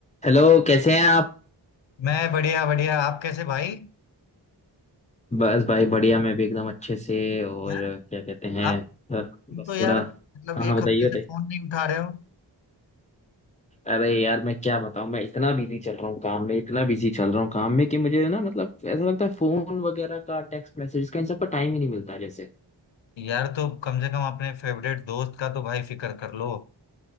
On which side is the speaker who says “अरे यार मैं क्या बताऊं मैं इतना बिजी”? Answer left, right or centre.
Left